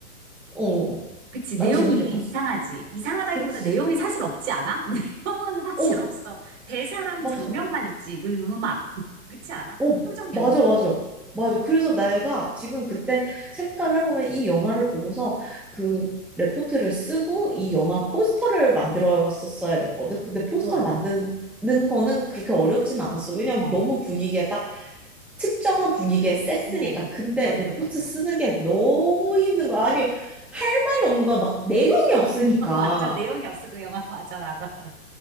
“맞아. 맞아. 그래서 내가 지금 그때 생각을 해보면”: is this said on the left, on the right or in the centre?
Centre